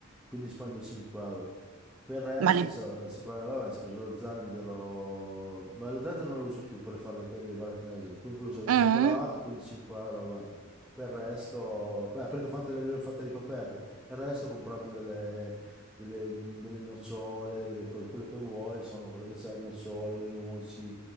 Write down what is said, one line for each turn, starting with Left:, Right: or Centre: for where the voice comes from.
Centre: quindi spendo 5 euro. Per il resto,
Right: ma le...
Centre: se, se provi- vabbè, si è preso lo zenzero, ma lo zenzero non lo uso più per fare le, le barrette energetiche, quindi poi ho usato il
Right: Mm?
Centre: cioccolato, quindi 5 euro, vabbè. Per il resto, beh, perché ho fatto le, le ho fatte ricoperte, il resto ho comprato delle, delle, delle nocciole, delle cose, quello che vuoi, insomma, quello che c'è, le nocciole, le noci,